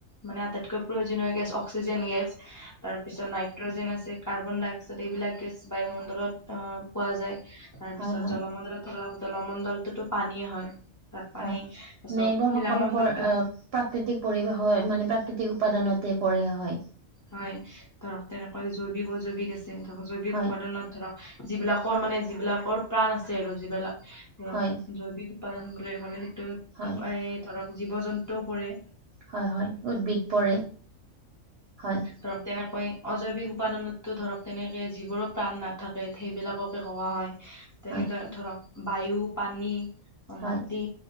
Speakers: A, on the left; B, on the right.
A: মানে, আটাইতকৈ প্ৰয়োজনীয় গেছ, অক্সিজেন গেছ। তাৰপিছত, নাইট্ৰজেন আছে, কাৰ্বন ডাই অক্সাইড, এইবিলাক গেছ, বায়ুমণ্ডলত আঁ পোৱা যায়। তাৰপিছত,
B: হয় হয় হয়
A: জলমণ্ডলত ধৰক, জলমণ্ডলটোতো পানীয়ে হয়। তাত পানী,
B: হয়
A: <unintelligible>
B: মানে এইবোৰ
A: শিলামণ্ডলটো
B: সকলোবোৰ আহ প্ৰাকৃতিক পৰিৱেশ হয়। মানে, প্ৰাকৃতিক উপাদানতে পৰে, হয়।
A: হয়! ধৰক, তেনেকৈ জৈৱিক-অজৈৱিক আছে। ধৰক, জৈৱিক
B: হয়
A: উপাদানত ধৰক, যিবিলাকৰ মানে, যিবিলাকৰ প্ৰাণ আছে আৰু যিবিলাক ধৰক,
B: হয়
A: জৈৱিক উপাদান বুলি ক'লে, সেইটো।
B: হয়
A: এই ধৰক, জীৱ-জন্তুও পৰে।
B: হয়, হয়! উদ্ভিদ পৰে, হয়।
A: ধৰক তেনেকৈ, অজৈৱিক উপাদানতো ধৰক, তেনেকে যিবোৰৰ প্ৰাণ নাথাকে, সেইবিলাকক কোৱা হয়। তেনেদৰে
B: হয়
A: ধৰক, বায়ু, পানী,
B: হয়
A: মাটি,